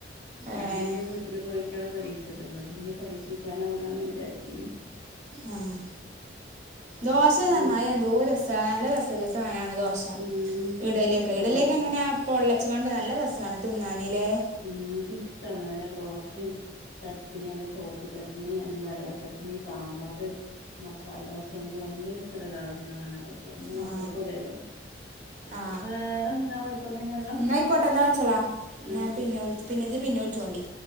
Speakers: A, on the left; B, on the right.
A: ഞാൻ
B: ഏ
A: എന്റെ വീട്ടില് പോയിട്ടാണ് പരീക്ഷിച്ചത് ഇവിടെന്ന് ഇനി പരീക്ഷിക്കാനാവൂല ന്ന് വിചാരിച്ചീന്
B: ആഹ് ദോശ നന്നായാ
A: ആഹ്
B: എന്തോരു രസ നല്ല രസല്ല സാനാണ് ദോശ
A: ഉം ഇൻക്ക് ഭയങ്കര
B: ഇടലിയൊക്കെ
A: ഇഷ്ടാ
B: ഇടലിയൊക്കെ
A: ദോശ
B: എങ്ങനെ പൊള്ളച്ച് ങ്കാണ്ട് നല്ല രസാണ് തിന്നാനിലെ
A: ഉം എനക്കിഷ്ടാണ് നല്ല ദോശയും ചട്ടിനി നല്ല ചോ പ്പ് ചട്നീം വെള്ളച്ചട്നീം സാമ്പാർ മസാലദോശ എനിക്ക് ഭയങ്കര ഇഷ് ടള്ള സാധനങ്ങളാണ് അതൊക്കെ എന്റെ മക്കൾക്കും
B: ആ
A: അതേപോലെ
B: ആ
A: വേറെന്താ കൊയപ്പോന്നൂലല്ലോ
B: എന്നാൽ ആയിക്കോട്ടെ എന്നാൽ വച്ചോളാം എന്നാൽ
A: ആഹ് ശ
B: പിന്നെ വുളിച്ച് പിന്നെ ജ്ജ് പിന്നെ വുളിച്ചോണ്ടീ